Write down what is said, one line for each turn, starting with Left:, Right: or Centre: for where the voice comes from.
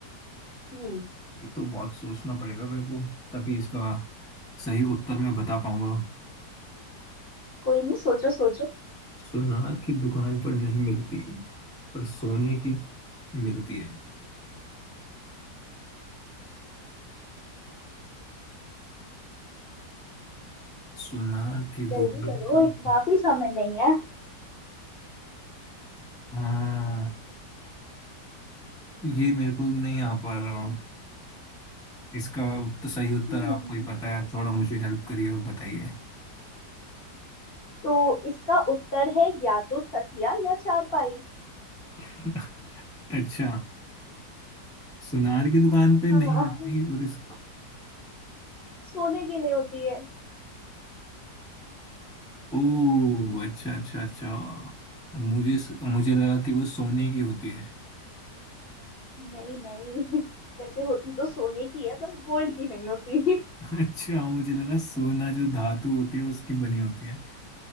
Left: हम्म
Centre: ये तो बहुत सोचना पड़ेगा मेरे को तभी इसका सही उत्तर मैं बता पाऊंगा
Left: कोई नहीं सोचो सोचो
Centre: सुनार की दुकान पर नहीं मिलती पर सोने की मिलती है सुनार की
Left: जल्दी
Centre: दुकान
Left: करो
Centre: पर
Left: इतना भी समय नहीं है
Centre: हाँ ये मेरे को नहीं आ पा रहा हूँ इसका उत्तर सही उत्तर
Left: हम्म,
Centre: आपको ही पता है थोड़ा मुझे हेल्प करिए और बताइए
Left: तो इसका उत्तर है या तो तकिया या चारपाई
Centre: <laughs> अच्छा सुनार की दुकान पे
Left: हाँ
Centre: नहीं मिलती और इस
Left: सोने के लिए होती है
Centre: ओह अच्छा अच्छा अच्छा मुझे मुझे लगा कि वो सोने की होती है
Left: नहीं नहीं वैसे होती तो सोने की है बस गोल्ड की नहीं होती नहीं
Centre: <laughs> अच्छा मुझे लगा सोना जो धातु होती है उसकी बनी होती है